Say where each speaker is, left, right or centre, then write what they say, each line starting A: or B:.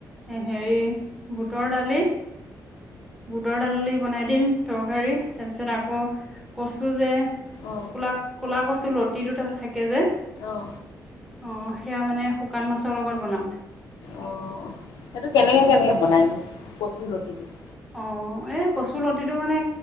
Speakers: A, in the centre; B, on the left.
A: হেৰি বুটৰ দালি বুটৰ দালি বনাই দিম, তৰকাৰী, তাৰপিছত আকৌ কচু যে
B: অ
A: কলা-কলা কচু লতি তি দুটা থা একে যে
B: অ অ
A: অ সেয়া মানে শুকান মাছৰ লগত বনাম।
B: অ', সেইটো কেনেকে-কেনেকে
A: উম
B: বনাইনো, কচুৰ লতিটো?
A: অ', এই কচু লতিটো মানে